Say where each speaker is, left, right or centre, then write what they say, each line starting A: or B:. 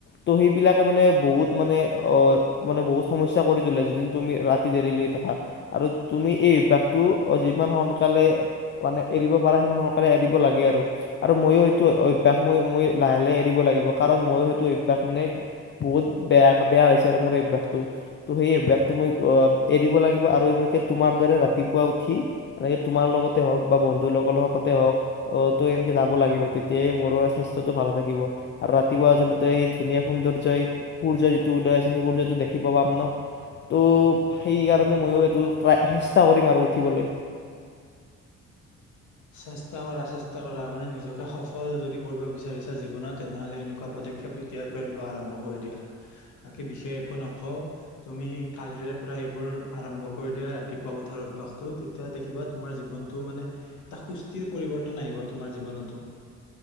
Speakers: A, on the left; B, on the left.
A: ত' সেইবিলাকে মানে বহুত মানে অ মানে বহুত সমস্যা কৰি তোলে যোদন তুমি ৰাতি দেৰি লেগী থাকা আৰু তুমি এই অভ্যয়াসতটো যিমান সোনকালে মানে এৰিব পাৰা সিমান সোনকালে এৰিব লাগে আৰু আৰু মইও সেইটো অভ্যাস ম মই লাহে লাহে এৰিব লাগিব কাৰণ মইো সেইটো অভ্যয়াস মানে বহুত বেয়া বেয়া হৈছে আৰু মোৰ অভ্যাসটো। তো সেই অভ্যাসটো মই এৰিব লাগিব আৰু এনেকে তোমাৰ দৰে ৰাতিপুৱা উঠি এনেকে তোমাৰ লগতে হওক বা বন্ধুৰ লগৰ লগতে হওক অ তো এনেকে যাব লাগিব তেতিয়াই মোৰো স্বাস্থ্যটো ভালে থাকিব। আৰু ৰাতিপুৱা আচলতে এই ধুনীয়া সৌন্দৰ্যই সূৰ্য যিটো উদয় আছে সেই সূৰ্যটো দেখিব পাম ন। ত' সেইকাৰণে ময়ো এইটো ট্ৰাই চেষ্টা কৰিম আৰু উঠিবলৈ।
B: চেষ্টা কৰা চেষ্টা কৰা মানে নিজকে সফল যদি কৰিব বিচাৰিছা জীৱনত তেনেহলে এনেকুৱা পদক্ষ ক্ষেপ এতিয়াৰ পৰাই লোৱা আৰম্ভ কৰি দিয়া বাকী বিশেষ একো নকওঁ। তুমি কালিৰে পৰা এইবোৰ আৰম্ভ কৰি দিয়া ৰাতিপুৱা উঠাৰ অভ্যাসটো তেতিয়া দেখিবা তোমাৰ জীৱন টো মানে এটা সুস্থিৰ পৰিৱৰ্তন আহিব তোমাৰ জীৱনতো।